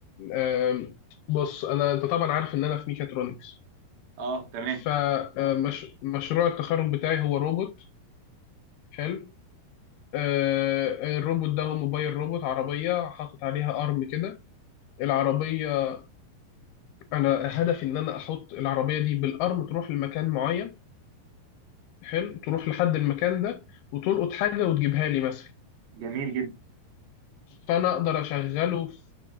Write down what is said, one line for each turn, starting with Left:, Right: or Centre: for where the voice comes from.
Left: آه، بص انا انت طبعا عارف ان انا في ميكاترونكس
Right: اه تمام
Left: اه فمشروع التخرج بتاعي هو روبوت حلو آه، الروبوت ده هو موبايل روبوت عربية حاطط عليها أرم كده العربية أنا هدفي إن أنا أحط العربية دي بالأرم تروح لمكان معين حلو تروح لحد المكان ده وتلقط حاجة وتجيبها لي مثلا
Right: جميل جدا
Left: فأنا أقدر أشغله في